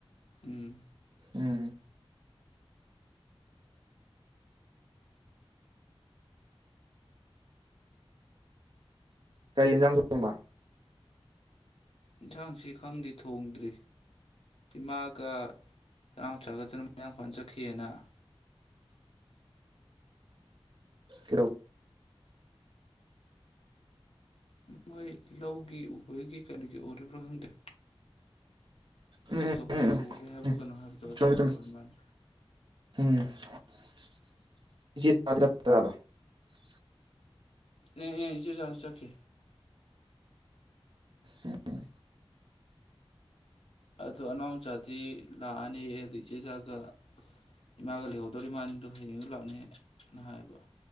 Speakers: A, on the left; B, on the right.
A: ꯎꯝ
B: ꯎꯝ ꯀꯔꯤ ꯑꯦꯟꯖꯥꯡ ꯊꯣꯡꯕ
A: ꯏꯟꯁꯥꯡꯁꯤ ꯈꯪꯗꯦ ꯊꯣꯡꯗ꯭ꯔꯤ ꯏꯃꯥꯒ ꯆꯦꯅꯥꯎꯆꯥꯒ <unintelligible> ꯃꯌꯥꯡꯐꯥꯟ ꯆꯠꯈꯤꯌꯦꯅ <inaudible>
B: ꯀꯦꯔꯧ
A: ꯃꯣꯏ ꯂꯧꯒꯤ ꯎꯕꯒꯤ ꯀꯔꯤꯒꯤ ꯑꯣꯏꯔꯤꯕ꯭ꯔꯥ ꯈꯪꯗꯦ
B: ꯎꯝ
A: ꯁꯤꯁꯨ ꯍꯧꯖꯤꯛ
B: ꯎꯝ ꯎꯝ
A: ꯎꯒꯦ ꯍꯥꯏꯕ꯭ꯔ
B: ꯎꯝ
A: ꯀꯩꯅꯣ ꯍꯥꯏꯕꯗꯣ ꯑꯗꯨꯗꯨꯒꯤ
B: ꯆꯨꯝꯃꯦ ꯆꯨꯝꯃꯦ
A: ꯑꯣꯏꯔꯃꯥꯟꯅꯦ
B: ꯎꯝ <unintelligible>
A: ꯑꯦ ꯑꯦ ꯏꯆꯦꯆꯥꯖꯨ ꯆꯠꯈꯤ
B: ꯎꯝ
A: ꯑꯗꯨ ꯑꯅꯥꯎꯆꯥꯗꯤ ꯂꯥꯛꯑꯅꯤ ꯑꯗꯨ ꯏꯆꯦ ꯆꯥꯒ ꯏꯃꯥꯒ ꯂꯩꯍꯧꯗꯧꯔꯤꯃꯥꯅꯤꯗꯨ ꯍꯌꯦꯡꯗꯨ ꯂꯥꯛꯅꯤꯅ ꯍꯥꯏꯕ